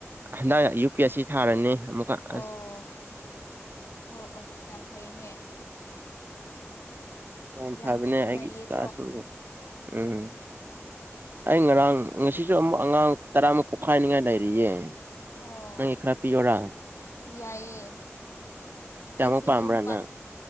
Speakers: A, on the right; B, on the left.
A: ꯍꯟꯗꯛ ꯌꯨ ꯄꯤ ꯑꯦꯁ ꯁꯤ ꯊꯥꯔꯅꯤ ꯑꯃꯨꯛꯀ
B: ꯑꯣ
A: ꯑꯁ
B: ꯍꯣ ꯑꯣ ꯌꯥꯝ ꯐꯩꯅꯦ
A: ꯌꯥꯝꯝ
B: ꯌꯥꯝ
A: ꯐꯕꯅꯦ ꯍꯥꯏ
B: ꯅꯩꯌꯦꯀꯣ
A: ꯀ꯭ꯂꯁ ꯎꯝ ꯑꯩ ꯉꯔꯥꯡ ꯉꯁꯤꯁꯨ ꯑꯃꯨꯛ ꯑꯉꯥꯡ ꯇꯔꯥꯃꯨꯛ ꯄꯣꯛꯈꯥꯏꯅꯤꯉꯥꯏ ꯂꯩꯔꯤꯌꯦ
B: ꯑꯣ
A: ꯅꯪꯒꯤ ꯈꯔ ꯄꯤꯌꯔꯥ
B: ꯌꯥꯏꯌꯦ
A: ꯀꯌꯥꯃꯨꯛ
B: ꯑꯩꯁꯤ
A: ꯄꯥꯝꯕ꯭ꯔꯥ
B: ꯌꯨꯝ
A: ꯅꯪ